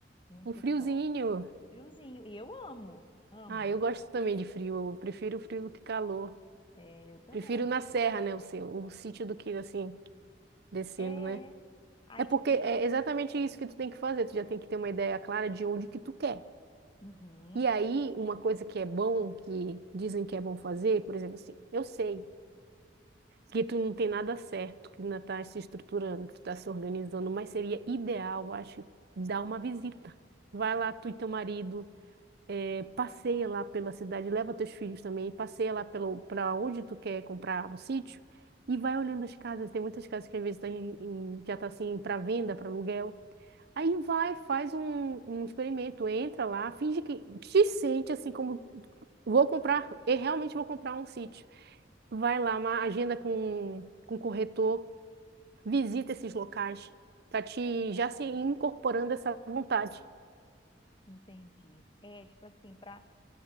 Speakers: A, on the left; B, on the right.
A: muito
B: Um friozinho.
A: top. Friozinho. E eu amo, amo.
B: Ah, eu gosto também de frio, eu prefiro o frio do que calor.
A: É, eu também.
B: Prefiro na serra, né? O seu, o sítio do que assim, descendo,
A: É.
B: né?
A: Aí,
B: É porque
A: tipo, e.
B: é exatamente isso que tu tem que fazer. Tu já tem que ter uma ideia clara de onde que tu quer.
A: Uhum,
B: E aí, uma coisa que é bom, que dizem que é bom fazer, por exemplo, assim, eu sei que tu não tem nada certo, que ainda tá se estruturando, que tu tá se organizando, mas seria ideal, eu acho, dar uma visita. Vai lá, tu e teu marido. É, passeia lá pela cidade, leva teus filhos também, passeia lá pelo para onde tu quer comprar o sítio e vai olhando as casas. Tem muitas casas que às vezes tá em, em- já tá assim para venda, para aluguel. Aí vai, faz um, um experimento, entra lá, finge que te sente assim como vou comprar, eu realmente vou comprar um sítio. Vai lá, uma agenda com com o corretor, visita esses locais para te já se incorporando essa vontade.
A: entendi. É, tipo assim, pra.